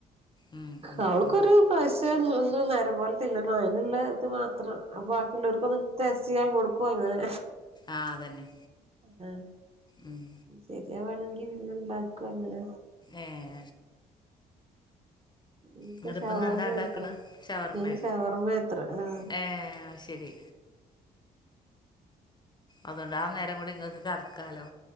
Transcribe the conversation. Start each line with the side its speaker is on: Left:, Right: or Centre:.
Left: ഉം ഉം
Right: അവൾക്കൊരു
Left: ഉം
Right: പൈസ ഒന്നും നേരെ പോലത്തില്ല അലുള്ള ഇത് മാത്രം ബാക്കി ടെസ്റ്റ് ചെയ്യാൻ കൊടുക്കും അങ്ങനെ
Left: ആഹ് അതന്നെ
Right: ആ
Left: ഉം
Right: ശരി. <unintelligible> ഉണ്ടാക്കും അങ്ങനെ
Left: ഏഹ്
Right: ഇന്നിപ്പോ
Left: അവിടുപ്പ
Right: ഷവർമ്മയാത്രെ
Left: ഇന്ന് എന്താ ഇണ്ടാക്കണ് ശവർമേ
Right: ഇന്ന് ഷവർമ്മയാത്രെ ആഹ്
Left: ഏ അത് ശെരി. അതുകൊണ്ട് ആ നേരം കൂടി ഇങ്ങക്ക് കിടക്കാലോ.